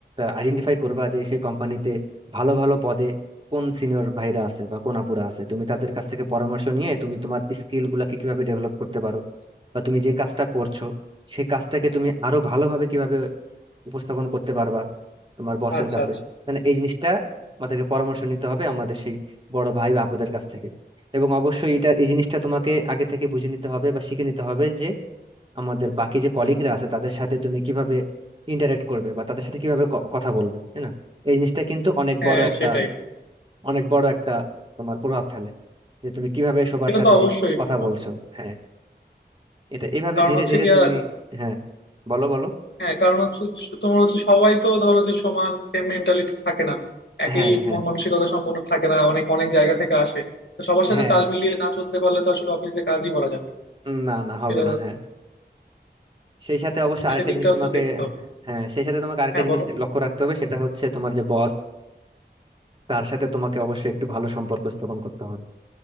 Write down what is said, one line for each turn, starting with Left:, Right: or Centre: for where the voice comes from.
Right: আইডেন্টিফাই করবা যে সেই কোম্পানিতে ভালো ভালো পদে কোন সিনিয়র ভাইরা আছে বা কোন আপুরা আছে তুমি তাদের কাছ থেকে পরামর্শ নিয়ে তুমি তোমার স্কিল গুলাকে কিভাবে ডেভেলপ করতে পারো বা তুমি যে কাজটা করছো সেই কাজটাকে তুমি আরো ভালোভাবে কিভাবে উপস্থাপন করতে পারবা তোমার বসের
Left: আচ্ছা
Right: কাছে
Left: আচ্ছা
Right: মানে এই জিনিসটা আমাদেরকে পরামর্শ নিতে হবে আমাদের সেই বড় ভাই বা আপুদের কাছ থেকে এবং অবশ্যই এটা এই জিনিসটা তোমাকে আগে থেকে বুঝে নিতে হবে বা শিখে নিতে হবে যে আমাদের বাকি যে কলিগরা আছে তাদের সাথে তুমি কিভাবে ইন্টারেক্ট করবে বা তাদের সাথে কিভাবে ক- কথা বলবে তাই না এই জিনিসটা কিন্তু অনেক
Left: হ্যাঁ
Right: বড় একটা
Left: সেটাই
Right: অনেক বড় একটা তোমার প্রভাব ফেলে যে তুমি কিভাবে সবার
Left: সেটা
Right: সাথে
Left: তো অবশ্যই
Right: কথা
Left: বন্ধু
Right: বলছো হ্যাঁ এটা এভাবে
Left: কারণ
Right: ধীরে
Left: হচ্ছে
Right: ধীরে
Left: গিয়া
Right: তুমি হ্যাঁ বলো বলো
Left: হ্যাঁ কারণ হচ্ছে তোমার হচ্ছে সবাই তো ধরো যে সমান সেম মেন্টালিটি থাকে না একই
Right: হ্যাঁ হ্যাঁ
Left: মন মানসিকতা সম্পন্ন থাকে না অনেক অনেক জায়গা থেকে আসে তো সবার সাথে
Right: হ্যাঁ
Left: তাল মিলিয়ে না চলতে পারলে তো আসলে অফিসে কাজই করা যাবে না।
Right: না না হবে
Left: সেটা
Right: না হ্যাঁ সেই সাথে অবশ্য
Left: তো
Right: আরেকটা
Left: সেদিকটাও
Right: জিনিস তোমাকে
Left: তো দেখতে হবে
Right: হ্যাঁ সেই সাথে তোমাকে আরেকটা
Left: হ্যাঁ
Right: জিনিস
Left: বলো
Right: লক্ষ্য রাখতে হবে সেটা হচ্ছে তোমার যে বস তার সাথে তোমাকে অবশ্যই একটু ভালো সম্পর্ক স্থাপন করতে হবে